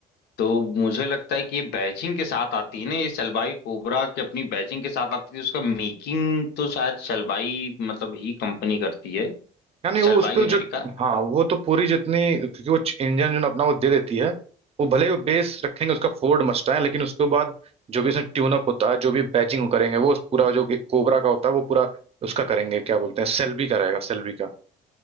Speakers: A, on the left; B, on the right.
A: तो मुझे लगता है कि ये बैचिंग के साथ आती है ना ये सलवाई कोबरा की अपनी बैचिंग के साथ आती है उसका मेकिंग तो शायद सलवाई मतलब ही कंपनी करती है
B: यानी वो
A: Salwai
B: उस पे जो
A: America
B: हाँ वो तो पूरी जितनी क्योंकि वो इंजन जो ना अपना वो दे देती है वो भले ही वो बेस रखेंगे उसका फोर्ड मस्टैंग लेकिन उसके बाद जो भी उसमें ट्यून अप होता है जो भी बैचिंग वो करेंगे वो उस पूरा जो एक कोबरा का होता है वो पूरा उसका करेंगे क्या बोलते हैं सेल्बी का रहेगा सेल्बी का